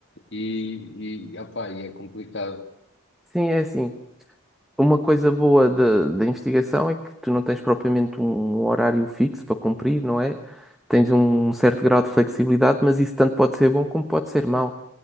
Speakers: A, on the left; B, in the centre.
A: e, e, opá, e é complicado.
B: Sim, é assim. Uma coisa boa da da investigação é que tu não tens propriamente um um horário fixo para cumprir, não é? Tens um um certo grau de flexibilidade, mas isso tanto pode ser bom como pode ser mau.